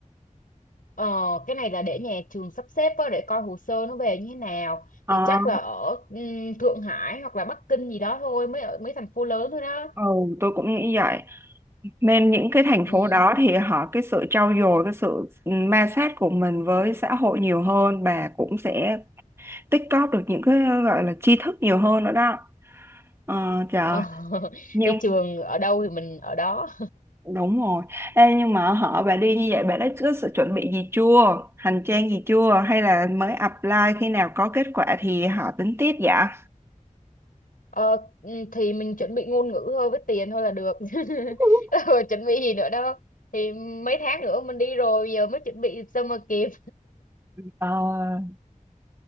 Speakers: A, on the left; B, on the right.
A: ờ cái này là để nhà trường sắp xếp á, để coi hồ sơ nó về như thế nào
B: ờ
A: thì chắc là ở ừm, Thượng Hải hoặc là Bắc Kinh gì đó thôi mấy ở mấy thành phố lớn thôi đó
B: ừ tôi cũng nghĩ vậy nên những cái thành
A: Ừ.
B: phố đó thì họ cái sự trau dồi cái sự ma sát của mình với xã hội nhiều hơn và cũng sẽ tích cóp được những cái gọi là tri thức nhiều hơn nữa đó ờ, trời
A: Ờ, <laughs>
B: nhưng
A: thì trường ở đâu thì mình ở đó
B: đúng rồi Ê, nhưng mà họ bà đi như vậy bà đã có sự chuẩn bị gì chưa hành trang gì chưa hay là mới apply khi nào có kết quả thì họ tính tiếp dạ
A: ờ, ừm, thì mình chuẩn bị ngôn ngữ thôi với tiền thôi là được <laughs>
B: <laughs>
A: Ờ, chuẩn bị gì nữa đâu thì mấy tháng nữa mình đi rồi giờ mới chuẩn bị sao mà kịp
B: Ờ,